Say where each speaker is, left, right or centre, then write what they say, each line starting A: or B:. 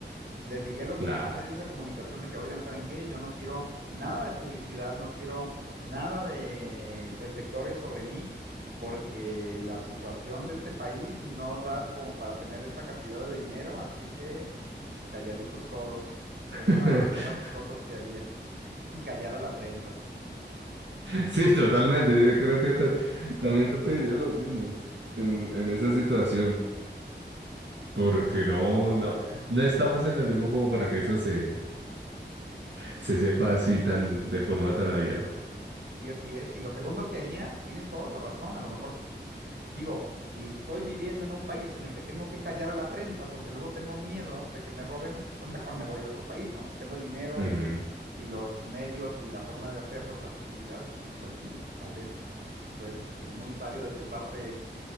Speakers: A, on the right; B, on the right.
A: Le diría a los
B: <laughs> Claro.
A: mismos medios de comunicación de que, oigan, ¿saben qué? Yo no quiero nada de publicidad, no quiero nada de reflectores sobre mí, porque la situación de este país no da como para tener esta cantidad de dinero, así que Calladitos todos. Sería
B: <laughs>
A: una de las primeras cosas que haría, <laughs> callar a la prensa.
B: Sí, totalmente. Yo creo que ta- también yo pediría lo mismo en, en esa situación. Porque no, no, no estamos en el tiempo como para que eso se, se sepa así tan, de forma tan abierta.
A: Sí, así es. Y lo segundo que haría, tienes toda la razón, a lo mejor digo, si estoy viviendo en un país en el que tengo que callar a la prensa porque luego tengo miedo de que me roben, pues mejor me voy a otro país, ¿no? Si tengo el dinero
B: Ujú,
A: y, y los medios y la forma de hacerlo, la facilidad, pues sí, tal vez es, es muy sabio de tu parte